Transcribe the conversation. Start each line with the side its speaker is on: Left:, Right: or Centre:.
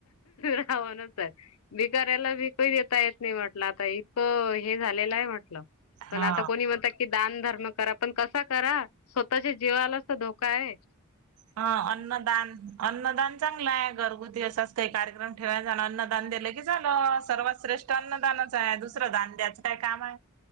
Left: रावणच हाय. भिकाऱ्याला भिकही देता येत नाय म्हटलं, आता इतकं हे झालेलं हाय म्हंटलं. पण
Right: हा
Left: आता कोणी म्हणता की, दान धर्म करा. पण कसा करा. स्वतःच्या जीवालाच तर धोका आहे.
Right: हा, अन्नदान, अन्नदान चांगलं हाय. घरगुती अस असतय कार्यक्रम ठेवाय जानान अन्नदान दिलं की झालं. सर्वात श्रेष्ठ अन्नदानच ये. दुसरं दान द्याचं काय काम आय.